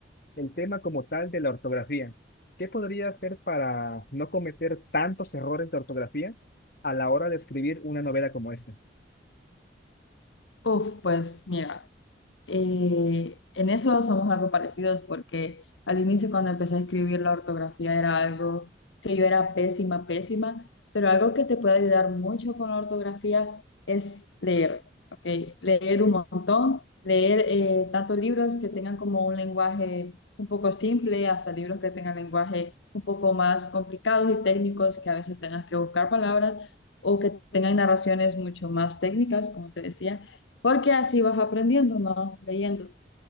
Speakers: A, on the left; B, on the left.
A: el tema como tal de la ortografía. ¿Qué podría hacer para no cometer tantos errores de ortografía a la hora de escribir una novela como esta?
B: Uf, pues mira. Eh, en eso somos algo parecidos porque al inicio cuando empecé a escribir la ortografía era algo que yo era pésima, pésima, pero algo que te puede ayudar mucho con la ortografía es leer, ¿ok? Leer un montón, leer eh, tanto libros que tengan como un lenguaje un poco simple, hasta libros que tengan lenguaje un poco más complicados y técnicos que a veces tengas que buscar palabras o que tengan narraciones mucho más técnicas, como te decía porque así vas aprendiendo, ¿no? Leyendo